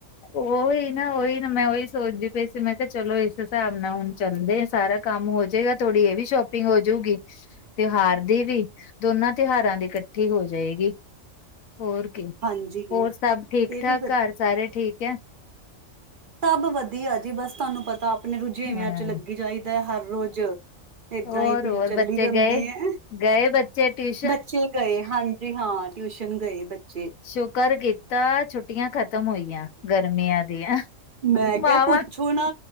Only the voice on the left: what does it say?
ਓਈ ਨਾ -ਓਈ ਨਾ, ਮੈਂ ਓਈ ਸੋਚਦੀ ਪਈ ਸੀ ਮੈਂ ਤੇ ਚਲੋ ਏਸ ਹੇਸਾਬ ਨਾਲ ਹੁਨ ਚੱਲਦੇ ਆਂ ਸਾਰਾ ਕੰਮ ਹੋ ਜੇਗਾ, ਥੋੜੀ ਏ ਵੀ ਸ਼ੋਪਿੰਗ ਹੋਜੂਗੀ। ਤਿਹਾਰ ਦੀ ਵੀ, ਦੋਨਾਂ ਤਿਹਾਰਾਂ ਦੀ ਕੱਠੀ ਹੋ ਜਾਏਗੀ, ਹੋਰ
ਹੋਰ ਸਬ ਠੀਕ-ਠਾਕ,
ਘਰ ਸਾਰੇ ਠੀਕ ਐਂ?
ਹਾਂ
ਹੋਰ
ਹੋਰ
ਬੱਚੇ
ਗਏ
ਗਏ ਬੱਚੇ ਟਿਸ਼
ਸ਼ੁਕਰ ਕੀਤਾ, ਛੁੱਟੀਆਂ ਖਤਮ ਹੋਈਆਂ ਗਰਮੀਆਂ ਦੀਆਂ।
ਵਾਹਵਾ